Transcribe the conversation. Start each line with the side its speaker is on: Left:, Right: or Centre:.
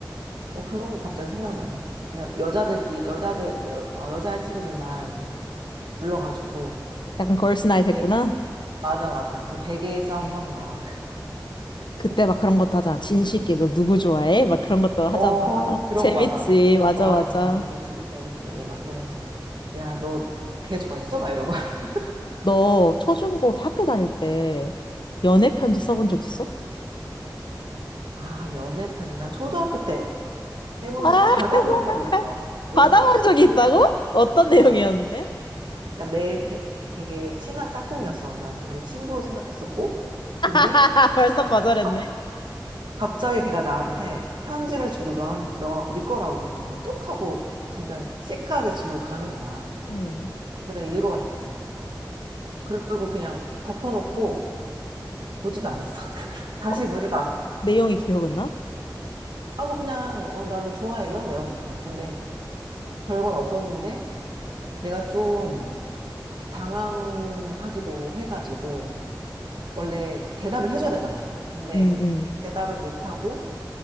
Right: 어 그런 게 갑자기 생각나네 그냥 여자들끼리 여자들 여, 어, 여자 친구들만 불러가지고
Left: 약간 걸스나이 됐구나.
Right: 되- 맞아 맞아 그래서 베개 싸움하고 막
Left: 그때 막 그런 것도 하잖아. 진실게 너 누구 좋아해? 막 그런 것도 하잖아.
Right: 어, 그런
Left: 재밌지.
Right: 거, 맞아, 맞아. 그런 것도
Left: 맞아,
Right: 하고,
Left: 맞아.
Right: 너 진짜 재밌지. 막 그러면서, 야, 너 걔 좋아했어? 막 이러고. <laughs>
Left: 너 초중고 학교 다닐 때 연애 편지 써본 적 있어?
Right: 아, 연애편이나 초등학교 때 해본,
Left: 아,
Right: 받아본
Left: <laughs>
Right: 적 있어. 웬일.
Left: 받아본 적이
Right: 받아본
Left: 있다고? 어떤 내용이었는데?
Right: 적. 어. 그러니까 내 되, 되게 친한 짝꿍이었어. 나는 걔를 친구로 생각했었고. 근데,
Left: <laughs> 아, 벌써 거절했네.
Right: 갑- 갑자기 걔가 나한테 편지를 주고 너한, 너, 네 거라고 그러면서 뚝 하고, 진짜 시크하게 주고 가는 거야.
Left: 음.
Right: 근데 읽어봤지. 그리고 그냥 덮어놓고, 보지도 않았어. <laughs> 다시
Left: 어,
Right: 보지도 않았어.
Left: 내용이 기억은 나?
Right: 아, 뭐 그냥 어, 나 너 좋아해 이런 내용이었어. 근데 별건 없었는데 내가 좀 당황하기도 해가지고 원래 대답을 해줘야 되잖아. 근데
Left: 음, 음.
Right: 대답을 못하고